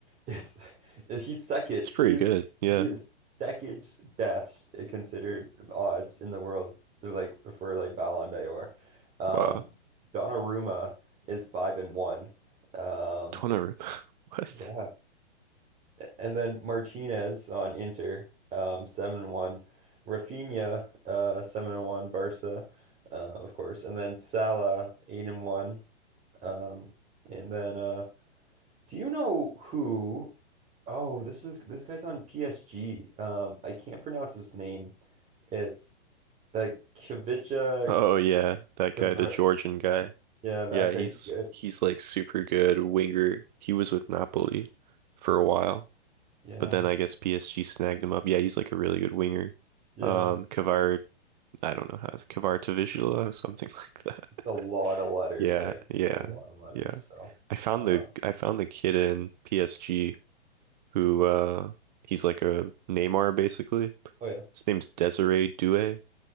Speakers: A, on the right (about 20°); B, on the right (about 40°).
A: is he's second.
B: it's
A: He
B: pretty
A: is
B: good. Yeah.
A: he is second best considered odds in the world. Like for like Ballon d'Or. Um,
B: Wow.
A: Donnarumma is five and one. Um,
B: Donnarumma. <laughs> What?
A: yeah, and then Martinez on Inter, um, seven and one. Rafinha, uh, seven and one. Barca, uh, of course, and then Salah, eight and one. Um, and then, uh, do you know who? Oh, this is this guy's on PSG. Um, I can't pronounce his name. It's that Kvicha
B: Oh yeah, that guy,
A: Kvar.
B: the Georgian guy.
A: Yeah, that
B: Yeah,
A: guy.
B: he's
A: He's good.
B: he's like super good winger. He was with Napoli for a while,
A: Yeah,
B: but then I guess PSG snagged him up. Yeah, he's like a really good winger.
A: yeah.
B: Um, Kvar, I don't know how Kvaratavishvili or something <laughs> like that.
A: It's a lot of letters
B: Yeah,
A: there.
B: yeah,
A: A lot of letters.
B: yeah.
A: So,
B: I found
A: uh,
B: the I found the kid in PSG who uh he's like a Neymar basically.
A: oh yeah.
B: His name's Desiree Doué.